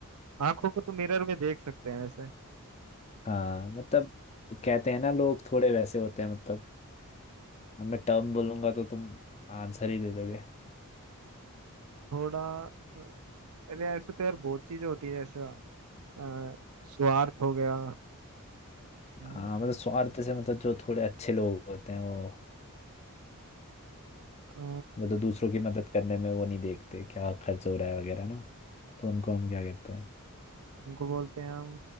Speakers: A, on the right (about 85°); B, on the left (about 30°).
A: आंखों को तो मिरर में देख सकते हैं ऐसे
B: हाँ मतलब कहते हैं ना लोग थोड़े वैसे होते हैं मतलब अब मैं टर्म बोलूंगा तो तुम आंसर ही दे दोगे
A: थोड़ा अरे ऐसे तो यार बहुत चीजें होती है जैसे अ, स्वार्थ हो गया हम्म,
B: हाँ मतलब स्वार्थ से मतलब जो थोड़े अच्छे लोग होते हैं वो
A: अ,
B: वो तो दूसरों की मदद करने में वो नहीं देखते क्या खर्च हो रहा है वगैरह ना तो उनको हम क्या कहते हैं
A: उनको बोलते हैं हम